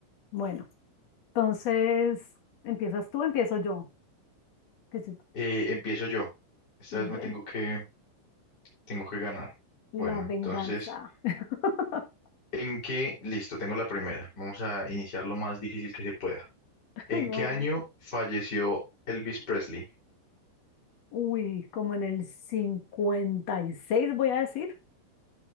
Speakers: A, on the left; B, on the left.
A: bueno. Entonces, ¿empiezas tú? ¿Empiezo yo? Que sí.
B: Eh, empiezo yo. Esta
A: Bueno,
B: vez me tengo que, tengo que ganar.
A: la
B: Bueno,
A: venganza.
B: entonces,
A: <laughs>
B: ¿en qué? Listo, tengo la primera. Vamos a iniciar lo más difícil que se pueda. ¿En
A: No.
B: qué año falleció Elvis Presley?
A: Uy, como en el 56 voy a decir.